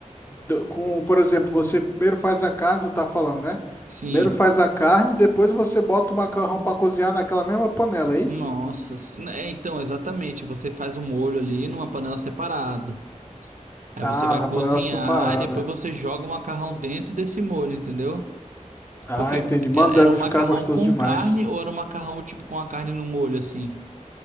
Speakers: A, on the left; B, on the right.
A: Do- Com, por exemplo, você primeiro faz a carne, tu tá falando, né?
B: Sim.
A: Primeiro faz a carne, depois você bota o macarrão pra cozinhar naquela mesma panela, é isso?
B: Nossa, se- né, é, então, exatamente, você faz o molho ali numa panela separado. Aí
A: Ah,
B: você vai
A: na
B: cozinhar
A: panela separada.
B: e depois você joga o macarrão dentro desse molho, entendeu?
A: Ah,
B: Porque
A: entendi. Mano,
B: era, era
A: deve
B: um macarrão
A: ficar gostoso
B: com
A: demais.
B: carne ou era um macarrão tipo com a carne no molho, assim?